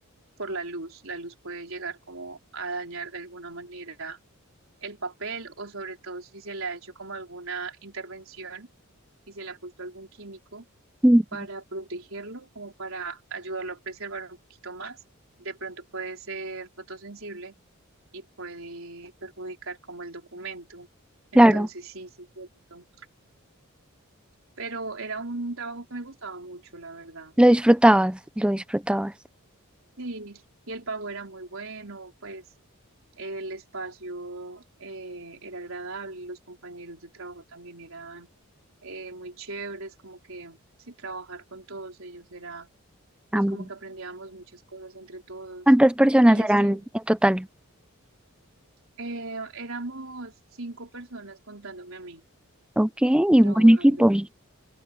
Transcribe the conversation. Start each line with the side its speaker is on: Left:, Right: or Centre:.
Right: por la luz. La luz puede llegar como a dañar de alguna manera el papel o sobre todo si se le ha hecho como alguna intervención y se le ha puesto algún químico
Centre: Mm.
Right: para protegerlo, como para ayudarlo a preservar un poquito más. De pronto puede ser fotosensible y puede perjudicar como el documento. Entonces
Centre: Claro,
Right: sí, sí, cierto. Pero era un trabajo que me gustaba mucho, la verdad.
Centre: lo disfrutabas, lo disfrutabas.
Right: Sí, y el pago era muy bueno, pues El espacio eh, era agradable, los compañeros de trabajo también eran eh, muy chéveres, como que sí, trabajar con todos ellos era, pues
Centre: Amo.
Right: como que aprendíamos muchas cosas entre todos.
Centre: ¿Cuántas personas
Right: Y este,
Centre: eran en total?
Right: eh, éramos cinco personas contándome a mí,
Centre: Ok, y
Right: trabajando.
Centre: buen equipo. Ujú.